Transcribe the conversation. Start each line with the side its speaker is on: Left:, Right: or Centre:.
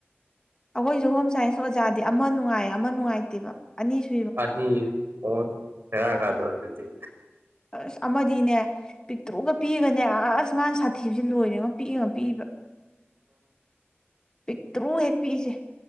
Left: ꯑꯩꯈꯣꯏꯁꯨ ꯍꯣꯝ ꯁꯥꯏꯟꯁ ꯑꯣꯖꯥꯗꯤ ꯑꯃ ꯅꯨꯡꯉꯥꯏꯌꯦ ꯑꯃ ꯅꯨꯡꯉꯥꯏꯇꯦꯕ ꯑꯅꯤꯁꯨ
Right: <unintelligible> ꯕꯦꯔꯀꯥꯗꯔ ꯗꯨꯗꯤ
Left: ꯑꯁ ꯑꯃꯗꯤꯅꯦ ꯄꯤꯛꯇꯣꯛꯑꯒ ꯄꯤꯒꯅꯦ ꯑꯁ ꯃꯥꯅ ꯁꯥꯊꯤꯁꯦ ꯂꯣꯏꯔꯉ ꯄꯤꯛꯑꯒ ꯑꯃ ꯄꯤꯏꯕ ꯄꯤꯛꯇ꯭ꯔꯨ ꯍꯦꯛ ꯄꯤꯛꯏꯁꯦ